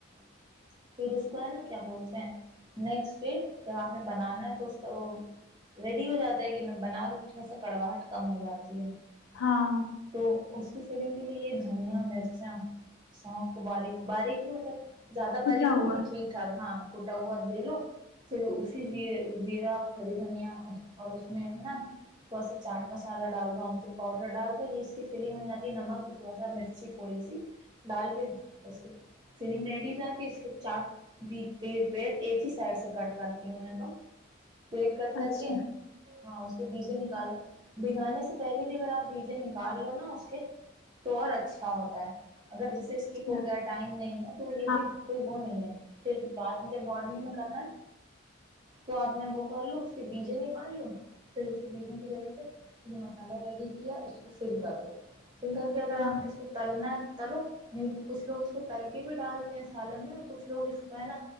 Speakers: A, on the right (about 20°); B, on the left (about 85°).
A: <inaudible> پھر اس کو ہے نا کیا بولتے ہیں نیکسٹ ڈے جب آپ نے بنانا ہے تو اس کا وہ ریڈی ہو جاتا ہے کہ بنا لو تھوڑا سا کڑواہٹ کم ہو جاتی ہے
B: ہاں
A: <inaudible> تو اس <inaudible> اس کی فیلنگ کے لیے یہ دھنیا مرچیں سونف <inaudible> وہ باریک باریک نہیں مطلب <inaudible> زیادہ باریک
B: کٹا
A: نہیں
B: ہوا
A: لیکن ٹھیک ٹھاک ہاں کوٹا ہوا لے لو پھر اسی زیر زیرہ کھڑی دھنیا اور اس میں ہے نا تھوڑا سا چاٹ مسالہ ڈال دو آمچور پاؤڈر ڈال دو یہ اس کی فیلنگ ہو جاتی ہے نمک بھی تھوڑا سا مرچی تھوڑی سی ڈال کے اس کی فلنگ ریڈی ہو جاتی اس کے چاک بھی پی ایک ہی سائڈ سے کٹ کرتی ہوں میں تو <inaudible> پیٹ کٹ کر
B: اچھا
A: کے ہاں اس بیجے نکالو بھگانے سے پہلے بھی اگر آپ بیجے نکال لو نا اس کے تو اور اچھا ہوتا ہے اگر جسے اسکپ
B: اچھا
A: ہو گیا ٹائم نہیں ہے تو یہ
B: ہاں
A: بھی کوئی وہ نہیں ہے پھر بعد میں جب مارننگ میں کرنا ہے تو آپ نے وہ کر لوں اس کے بیجیں نکال لوں پھر اس کے بیجوں کی جگہ پہ مھے مسالہ ریڈی کیا اس کو فل کر دو <inaudible> سن کر کے اگر
B: ہاں
A: آپ نے اس کو تلنا تلو نہیں تو <inaudible> کچھ لوگ اس کو تل کے بھی ڈالتے ہیں سالن میں کچھ لوگ اس کو ہے نا